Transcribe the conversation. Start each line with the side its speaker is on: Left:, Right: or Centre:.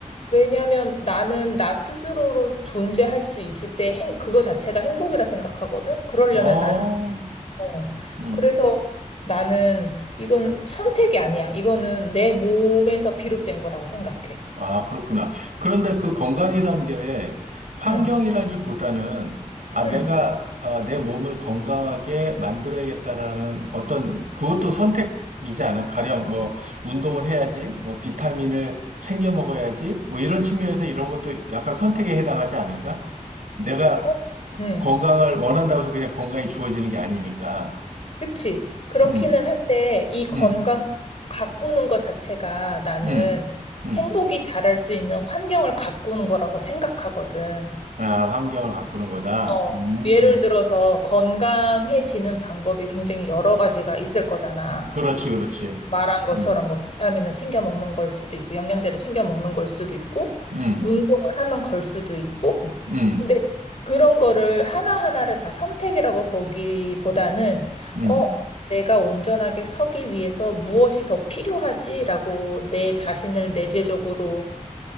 Left: 왜냐면 나는 나 스스로로 존재할 수 있을 때 행, 그거 자체가 행복이라 생각하거든? 그러려면
Right: 어,
Left: 나는, 어.
Right: 음,
Left: 그래서 나는 이건 선택이 아니야. 이거는 내 몸에서 비롯된 거라고 생각해.
Right: 아, 그렇구나. 그런데 그 건강이라는 게 환경이라기보다는,
Left: 응,
Right: 아,
Left: 응.
Right: 내가, 아, 내 몸을 건강하게 만들어야겠다라는 어떤, 그것도 선택이지 않아. 가령, 뭐, 운동을 해야지, 뭐, 비타민을 챙겨 먹어야지, 뭐, 이런 측면에서 이런 것도 약간 선택에 해당하지 않을까? 내가
Left: 어? 응.
Right: 건강을 원한다고 해서 그냥 건강이 주어지는 게 아니니까.
Left: 그치? 그렇기는
Right: 음,
Left: 한데 이 건강
Right: 음.
Left: 가꾸는 것 자체가 나는
Right: 음, 음.
Left: 행복이 자랄 수 있는 환경을 가꾸는 거라고 생각하거든.
Right: 아, 환경을 바꾸는 거다.
Left: 어,
Right: 음,
Left: 예를 들어서 건강해지는 방법이 굉장히 여러 가지가 있을 거잖아.
Right: 그렇지, 그렇지.
Left: 말한 것처럼
Right: 음,
Left: 뭐 비타민을 챙겨 먹는 걸 수도 있고 영양제를 챙겨 먹는 걸 수도 있고
Right: 음,
Left: 운동을 하는 걸 수도 있고
Right: 음,
Left: 근데 그런 거를 하나하나를 다 선택이라고 보기보다는
Right: 음,
Left: 어 내가 온전하게 서기 위해서 무엇이 더 필요하지라고 내 자신을 내재적으로